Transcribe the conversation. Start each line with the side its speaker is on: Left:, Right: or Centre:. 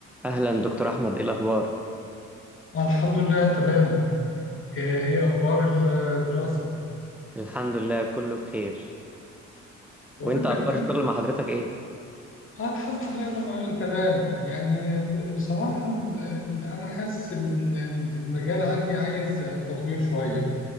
Centre: أهلا دكتور أحمد إيه الأخبار؟
Left: الحمد لله تمام ايه إيه اخبار الدراسة
Centre: الحمد لله كله بخير
Left: بقول
Centre: وإنت أخبار
Left: لك
Centre: الشغل مع حضرتك إيه؟
Left: اه الحمد لله رب العالمين تمام يعني ب- بصراحة ال- ال- انا حاسس ان ال- ال- المجال عندي عايز تطوير شوية